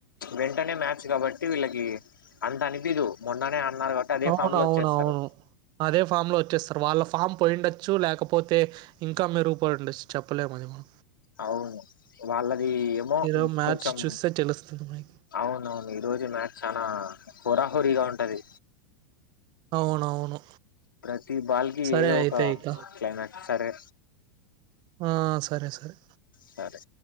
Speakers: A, on the left (about 80°); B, on the right (about 40°).
A: వెంటనే మ్యాచ్ కాబట్టి వీళ్ళకి అంత అనిపిదు మొన్ననే. అన్నారు కాబట్టి అదే
B: అవునువును
A: ఫామ్ లో వచ్చేస్తారు
B: అవును అదే ఫామ్ లో వచ్చేస్తారు వాళ్ళ. ఫామ్ పోయిండొచ్చు లేకపోతే ఇంకా మేడుపడి ఉండచ్చు చెప్పలేము ఆయమా.
A: అవును వాళ్ళదీ ఏమో
B: ఈరోజు
A: ఉమ్
B: మ్యాచ్
A: కొంచెం
B: చూస్తే తెలుస్తుంది మనకి.
A: అవును అవును ఈ రోజు మ్యాచ్ చానా వోర వొరిగా ఉంటాది
B: అవునవును.
A: ప్రతి బాల్కి
B: సరే
A: ఏదో
B: అయితే
A: ఒకా
B: ఇక.
A: కెమాక్ సరే
B: హా సరే సరే
A: సరే